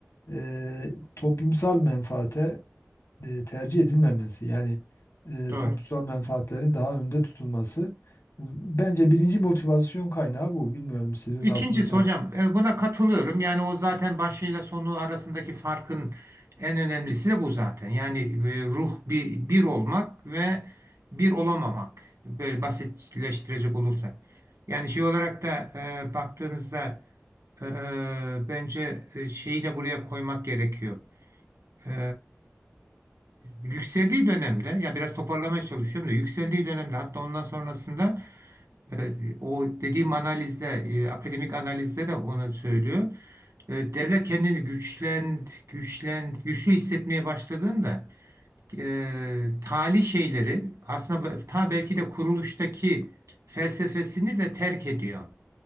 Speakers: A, on the left; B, on the right.
A: e, toplumsal menfaate e, tercih edilmemesi yani e,
B: Doğru.
A: toplumsal menfaatlerin daha önde tutulması bence birinci motivasyon kaynağı bu. Bilmiyorum sizin
B: İkincisi
A: aklınıza.
B: hocam e, buna katılıyorum. Yani o zaten başıyla sonu arasındaki farkın en önemlisi de bu zaten. Yani e, ruh bir, bir olmak ve bir olamamak. Böyle basitleştirecek olursak. Yani şey olarak da e, baktığınızda e, e, bence e, şeyi de buraya koymak gerekiyor. E, yükseldiği dönemde ya biraz toparlamaya çalışıyorum da yükseldiği dönemde hatta ondan sonrasında Evet, o dediğim analizde, e, akademik analizde de onu söylüyor. E, devlet kendini güçlen, güçlen, güçlü hissetmeye başladığında e, tali şeyleri aslında be- ta belki de kuruluştaki felsefesini de terk ediyor.